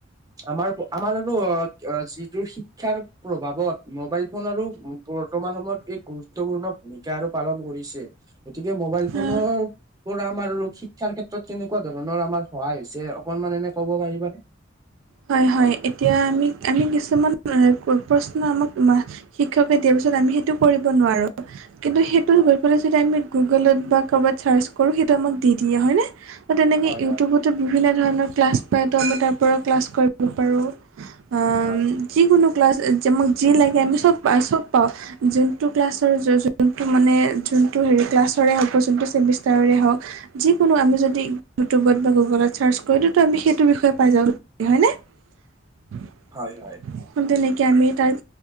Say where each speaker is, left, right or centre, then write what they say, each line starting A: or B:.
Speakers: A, on the right; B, on the right.
A: আমাৰ আমাৰ আৰু আ কা যিটো শিক্ষাৰ প্ৰভাৱত মোবাইলফোন আৰু মো বৰ্তমান সময়ত এক গুৰুত্বপূৰ্ণ ভূমিকা আৰু পালন কৰিছে। <unintelligible> গতিকে মোবাইল
B: হয়
A: ফোনৰ পৰা আমাৰ শিক্ষাৰ ক্ষেত্ৰত কেনেকুৱা ধৰণৰ আমাৰ সহায়। <unintelligible> পিছে অকনমান এনেই ক'ব পাৰিবা নে? <unintelligible>
B: হয়-হয়, এতিয়া আমি-আমি কিছুমান প্ৰশ্ন আমাক <unintelligible> শিক্ষকে দিয়াৰ পিছত আমি সেইটো কৰিব নোৱাৰো কিন্তু সেইটো
A: হয়
B: গৈ পেলাই <unintelligible> <unintelligible> গুগলত বা ক'ৰবাত চাৰ্জ কৰো সেইটো আমাক দি হয়নে? <unintelligible> তেনেকে
A: হয়
B: ইউটিউবত
A: হয়
B: বিভিন্ন ধৰণৰ ক্লাছ পায় তো আমি তাৰ পৰা ক্লাছ কৰিব পাৰোঁ <unintelligible>
A: হয়
B: যিকোনো ক্লাছ যে আমাক যি লাগে আমি চব পাওঁ চব পাওঁ <unintelligible> যোনটো ক্লাছৰ যোনটো মানে যোনটো হেৰি ক্লাছৰে হওক বা যোনটো চেমিষ্টাৰৰে হওক <unintelligible> যিকোনো আমি যদি ইউটিউবত বা গুগলত চাৰ্চ কৰিলে দিওঁ ত আমি সেইটো বিষয়ে পাই যাওঁ। <unintelligible> হয়নে? <unintelligible>
A: হয়-হয়। <unintelligible>
B: <unintelligible> তেনেকে নেকি আমি তাত